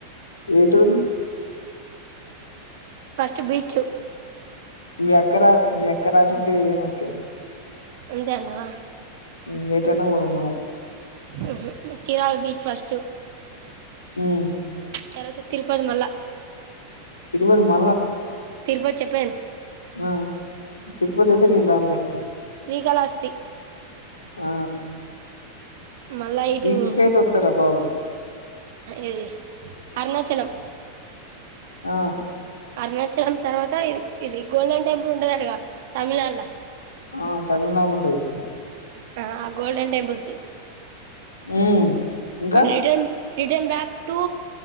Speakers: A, on the left; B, on the right.
A: ఏ టూరు
B: ఫస్ట్ బీచు
A: మీ అక్క రావు మీ అక్క రాకుంటే ఏదేనా ఓకే
B: అంతే అంటావా
A: ఉమ్, ఎటైనా పోదాం మనం
B: ఉపమ్ చీరాల బీచ్ ఫస్ట్
A: హమ్
B: తర్వాత తిరుపతి మళ్ళ
A: తిరుపతి మరలనా
B: తిరుపో వచ్చి చెప్పాను
A: ఆ తిరుపతి అయితే నేను రాను రా
B: శ్రీకాళహస్తి
A: ఆ
B: మళ్ళా ఇటు
A: బీచ్ కి అయితే వస్తారా బాబు
B: ఏ అరుణాచలం
A: ఆ
B: అరుణాచలం తర్వాత ఇ ఇది గోల్డెన్ టెంపుల్ ఉంటంది అటగా తమిళనాడు లా
A: ఆ తమిళనాడులో ఉంటది
B: ఆ ఆ గోల్డన్ టెంపుల్కి
A: ఉమ్ ఇంకా
B: return return back to